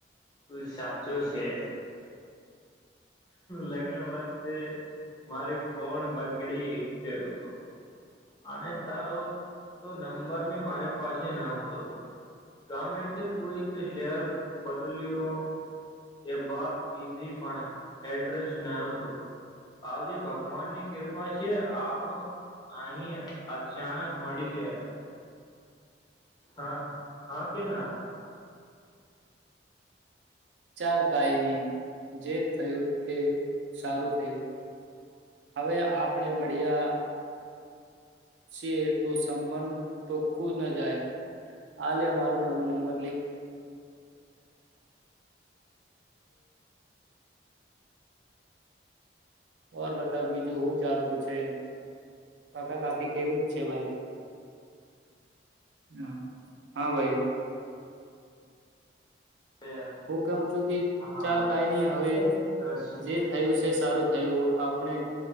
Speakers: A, on the left (about 25°); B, on the right (about 80°).
A: તું સાચો છે લગ્ન વખતે મારી ફન બગડી કરું હત અને તારો તો નંબર બી મારી પાસે ન હતો ગામેથી કોઈ તો શહેર બદલ્યો એ વાત કીધી પણ એડ્રેસ ન હતો આજે ભગવાનની કૃપા છે આપણો અહી અચાનક મળી ગયા હા હા કે ના
B: ચાલ કઈ નહી જે થયું તે સારું થયું હવે આપણે મળિયા છે તો સંબંધ તોખું ન જાય હલે મારો નવો નંબર લીખ બર બતા બીજું શું ચાલતું છે કાકા કાકી કેવું જ છે ભાઈ હ હા ભાઈ
A: યાર
B: હું કહું છું કે
A: હા
B: ચાલ કઈ નહી
A: સરસ
B: હવે
A: સરસ છે
B: જે થયું છે સારું થયું આપણે